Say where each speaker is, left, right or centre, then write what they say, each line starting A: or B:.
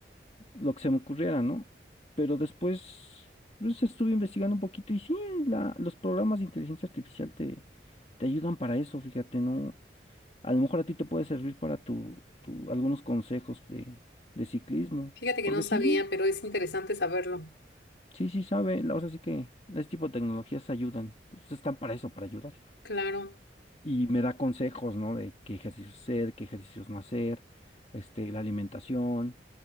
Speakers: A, on the left; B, on the left.
A: lo que se me ocurriera, ¿no? Pero después, pues estuve investigando un poquito y sí, la, los programas de inteligencia artificial te te ayudan para eso, fíjate, no, A lo mejor a ti te puede servir para tu, tu- algunos consejos de, de ciclismo,
B: Fíjate que
A: porque
B: no sabía,
A: sí,
B: pero es interesante saberlo.
A: sí, sí sabe, la- o sea, sí que este tipo de tecnologías ayudan, pues, están para eso, para ayudar.
B: Claro.
A: Y me da consejos, ¿no? De qué ejercicios hacer, qué ejercicios no hacer, este, la alimentación,